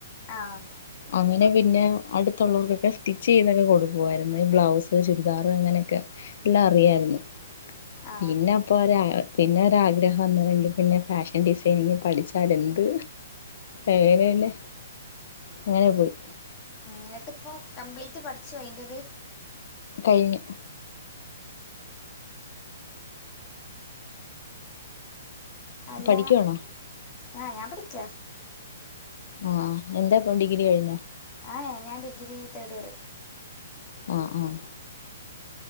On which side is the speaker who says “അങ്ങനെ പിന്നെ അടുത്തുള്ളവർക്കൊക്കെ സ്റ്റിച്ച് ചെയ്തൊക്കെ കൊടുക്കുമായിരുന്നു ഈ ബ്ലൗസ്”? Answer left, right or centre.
Left